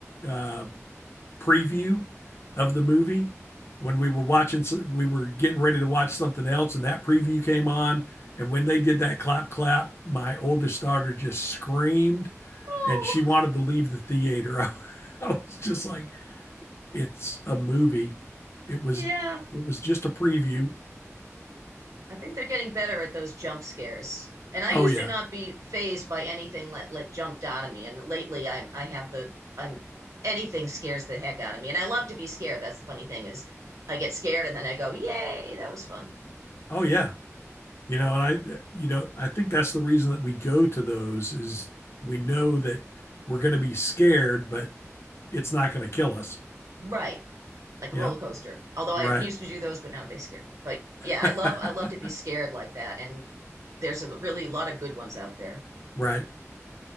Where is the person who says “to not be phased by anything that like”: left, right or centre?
Right